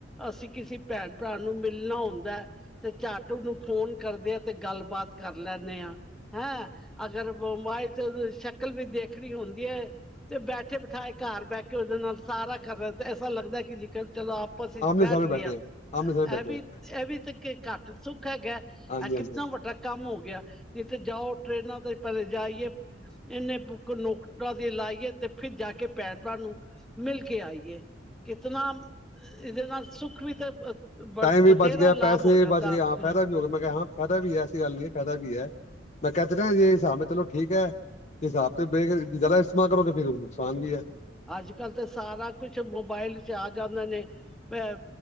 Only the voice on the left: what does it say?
ਆਮਣੇ
ਸਾਹਮਣੇ
ਬੈਠੇ ਹੈ ਆਮਣੇ ਸਾਹਮਣੇ ਬੈਠੇ
ਹੈ
ਹਾਂਜੀ
ਹਾਂਜੀ
ਹਾਂਜੀ
ਟਾਈਮ ਵੀ
ਬਚ ਗੇਆ
ਪੈਸੇ
ਵੀ ਬਚ ਗਏ
ਹਾਂ ਫੈਦਾ
ਵੀ ਹੋ ਗੇਆ ਮੈਂ ਕਿਆ ਫੈਦਾ ਵੀ ਏ ਐਸੀ ਗੱਲ ਨੀ ਐ ਫੈਦਾ ਵੀ ਐ। ਮੈਂ ਕਿਆ ਤੀ ਜੇ ਨਾ ਸਾਬ ਨਾਲ ਚਲੋ ਠੀਕ ਐ। ਹਿਸਾਬ ਤੇ ਬੇ ਜਾਦਾ ਇਸਤੇਮਾਲ ਕਰੋਗੇ ਫੇਰ ਨੁਕਸਾਨ ਵੀ ਐ।